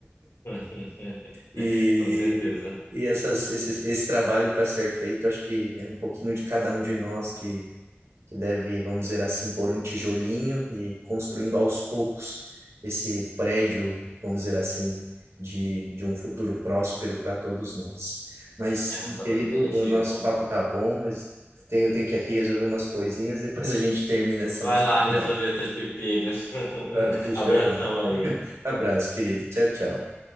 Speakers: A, on the left; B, on the right.
A: <laughs>
B: E,
A: Com certeza.
B: e essas, esse, esse trabalho para ser feito, acho que é um pouquinho de cada um de nós que deve, vamos dizer assim, pôr um tijolinho e construindo aos poucos esse prédio, vamos dizer assim, de, de um futuro próspero para todos nós. Mas,
A: É
B: meu
A: um trabalho
B: querido,
A: coletivo.
B: o nosso papo tá bom, mas tenho, eu tenho que aqui resolver umas coisinhas, depois a gente termina essa
A: Vai
B: nossa
A: lá
B: conversa.
A: resolver teus pepinos. <laughs>
B: Ah, Deixa
A: Abração
B: eu ir lá.
A: aí.
B: Abraço, querido. Tchau, tchau.